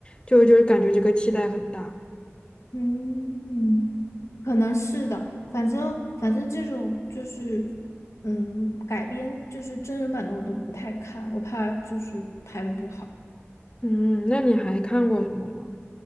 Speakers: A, on the left; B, on the left.
A: 就就是感觉这个期待很大。
B: 嗯，可能是的。反正反正这种就是，嗯，改编就是真人版的我都不太看，我怕就是拍的不好。
A: 嗯，那你还看过什么吗？